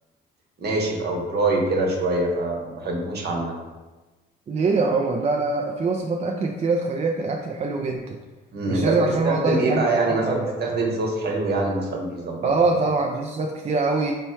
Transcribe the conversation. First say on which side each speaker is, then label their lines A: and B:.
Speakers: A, on the right; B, on the right.
A: ناشف او دراي كده شويه فبحبوش عامه
B: ليه يا عمر لا لا لا في وصفات اكل كتيره تخلي لك الاكل حلو جدا
A: أمم،
B: مش
A: انت
B: لازم
A: بتستخدم
B: عشان هو دايت
A: ايه
B: يعني
A: بقى
B: تتوقع
A: يعني مثلا بتستخدم صوص حلو يعني مثلا بيظبط
B: اه
A: لك
B: طبعا
A: الدنيا؟
B: في صوصات كتيرة قوي